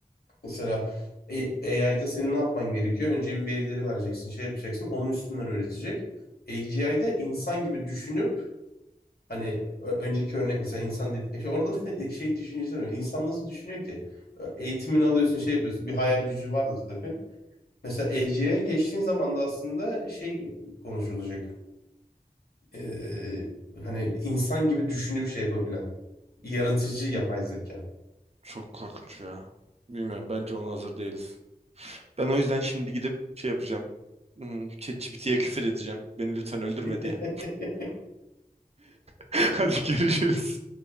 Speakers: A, on the left; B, on the right.
A: Mesela AI'da senin ne yapman gerekiyor? Önce bir verileri vereceksin, şey yapacaksın. Onun üstünden öğretecek. AGI'de insan gibi düşünüp Hani ö- önceki örnek mesela insan dedi, işte orada da <laughs> şey düşüncesi var. İnsan nasıl düşünüyor ki? Eğitimini alıyorsun şey yapıyorsun. Bir hayal gücü vardır tabii. Mesela EC'ye geçtiğin zaman da aslında şey konuşulacak. Ee, hani insan gibi düşünüp şey yapabilen. Yaratıcı yapay zeka.
B: Çok korkunç ya. Bilmiyorum. Bence ona hazır değiliz. Ben o yüzden şimdi gidip şey yapacağım. Hmm, ChatGPT'ye küfür edeceğim. Beni lütfen öldürme
A: <laughs>
B: diye. <laughs> Hadi görüşürüz.